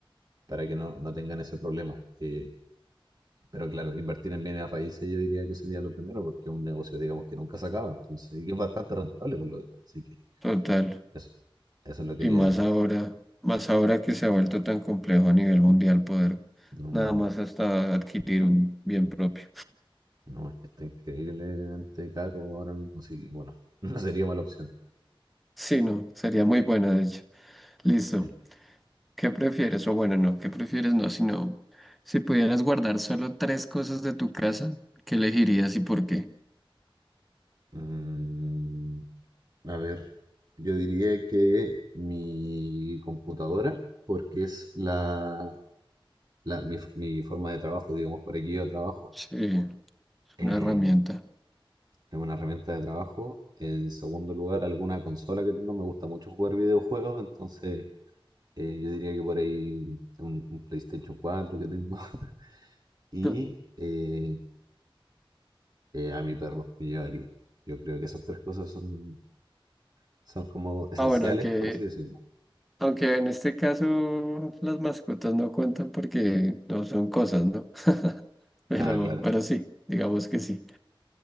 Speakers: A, on the right (about 45°); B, in the centre.
A: para que no, no tengan ese problema. Eh, pero claro, invertir en bienes raíces yo diría que sería lo primero, porque es un negocio, digamos, que nunca se acaba, entonces, y que es bastante rentable por lo demás. Así que
B: total.
A: eso, eso es lo que
B: Y
A: quería
B: más
A: yo.
B: ahora, más ahora que se ha vuelto tan complejo a nivel mundial poder
A: No,
B: nada más hasta adquirir un bien propio.
A: no, está increíblemente caro ahora mismo, así que bueno, <laughs> no sería mala opción.
B: Sí, no, sería muy buena, de hecho. Listo.
A: Sí.
B: ¿Qué prefieres? O bueno, no, ¿qué prefieres? No, sino si pudieras guardar solo tres cosas de tu casa, ¿qué elegirías y por qué?
A: Mm, A ver, yo diría que mi computadora, porque es la, la- mi, mi forma de trabajo, digamos, por aquí yo trabajo,
B: Sí, es
A: eh,
B: una herramienta.
A: es una herramienta de trabajo. En segundo lugar, alguna consola que tengo, me gusta mucho jugar videojuegos, entonces eh, yo diría que por ahí un, un PlayStation 4 que tengo <laughs> y
B: <laughs>
A: eh, eh, a mi perro me llevaría. Yo creo que esas tres cosas son, son como esenciales,
B: Ah, bueno, aunque,
A: por así decirlo.
B: aunque en este caso las mascotas no cuentan porque no son cosas, ¿no? <laughs> Pero,
A: Ah, claro,
B: pero sí, digamos que sí.